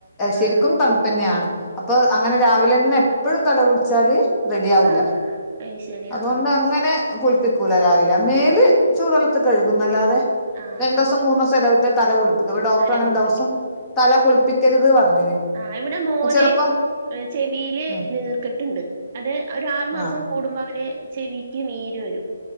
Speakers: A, on the left (about 15°); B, on the right (about 35°).
A: ശരിക്കും
B: ആഹ്
A: തണുപ്പ് തന്നെയാണ് അപ്പൊ അങ്ങനെ രാവിലെ ന്നെ എപ്പഴും തല കുളിച്ചാല് റെഡി ആവൂല
B: ആഹ് അത് ശരി
A: അതുകൊണ്ട്
B: ആഹ് ആഹ്
A: അങ്ങനെ കുളിപ്പിക്കൂല രാവില്ല മേല് ചൂടുവെള്ളത്തി കഴുകുന്നല്ലാതെ
B: ആഹ്
A: രണ്ടു ദിവസം മൂന്ന് ദിവസം ഇടവിട്ട് തല കുളിപ്പിക്കു അപ്പൊ ഡോക്ടർ
B: തല
A: അങ്ങനെ
B: കുളിപ്പിക്കും
A: ദിവസം തല കുളിപ്പിക്കരുത് പറഞ്ഞിന്
B: ആ ഇവിടെ മോന്
A: ചെലപ്പം
B: ചെവിൽ
A: ഉം
B: നീർക്കെട്ടുണ്ട് അത് ഒരു ആറു മാസം
A: ആഹ്
B: കൂടുമ്പോ അവന് ചെവിക്ക് നീര് വരും